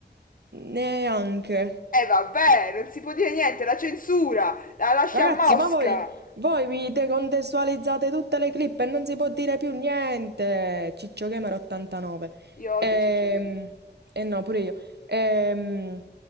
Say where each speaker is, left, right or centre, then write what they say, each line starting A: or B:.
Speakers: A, on the right; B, on the left.
A: Neanche.
B: E eh, vabbè, non si può dire niente, la censura! La lascia
A: Ragazzi,
B: a Mosca!
A: ma voi, voi vi decontestualizzate tutte le clip e non si può dire più niente. Ciccio Gamer 89.
B: Io odio
A: Ehm,
B: Ciccio Gaming.
A: E, no, pure io. Ehm,